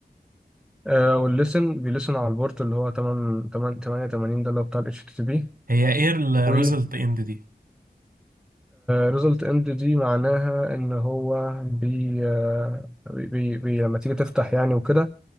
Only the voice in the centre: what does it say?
آه والليسن بيلسن على البورت اللي هو 8 8 88 ده اللي هو بتاع الاتش تي تي بي
و
ريزلت اند دي معناها ان هو بي, آه بي, بي, بي لما تيجي تفتح يعني وكده